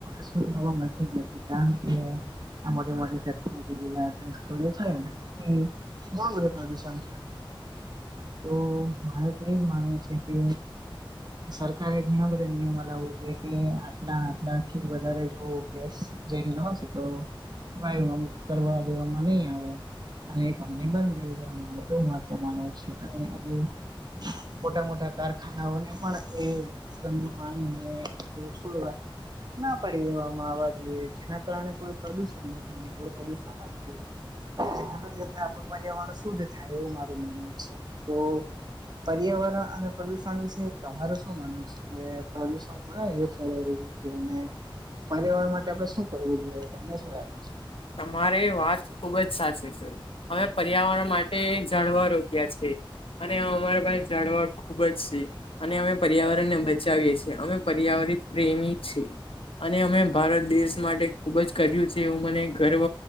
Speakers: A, on the right (about 50°); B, on the left (about 85°).
A: શું જોવા મળતી નથી કારણ કે આ મોટી મોટી ફેક્ટરી <unintelligible> ગેસ છોડે છે ને જેથી બધું પ્રદૂષન તો મારે તો એજ માનવું છે કે સરકારે ઘણા બધા નિયમો લાવવો જોઈએ કે આટલા આટલાથી વધારે જો ગેસ ઝેરીલો હશે તો વાયુ માં મુક્ત કરવા દેવામાં નહી આવે. અને એ કંપની બંધ કરી દેવામાં આવે એવું મારુ તો માનવું છે અને આજે મોટા મોટા કારખાનાઓને પણ એ ગંદું પાણી ને એવું છોડવા ના પાડી દેવામાં આવવા જોઈએ જેના કારણે કોઈ પ્રદુષણ ન થાય આપડુ પ્રદુષણ અટકે આગળ જતા આપડું પર્યાવરણ શુદ્ધ થાય એવું મારું માનવું છે તો પર્યાવરણ અને પ્રદુષણ વિશે તમારુ શું માનવું છે કે પ્રદુષણ કોના લીધે ફેલાઈ રહ્યું છે અને પર્યાવરણ માટે આપડે શું કરવું જોઈએ તમને શું લાગે છે
B: તમારે વાત ખુબ જ સાચી છે અવે પર્યાવરણ માટે ઝાળવા રોપ <unintelligible> છે અને અમારા પાસે ઝાડવા ખુબ જ સે અને અમે પર્યાવરણ ને બચાવીએ છીએ અમે પર્યાવરિત પ્રેમી છે. અને અમે ભારત દેશ માટે ખુબ જ કર્યું છે એવું મને ગર્વ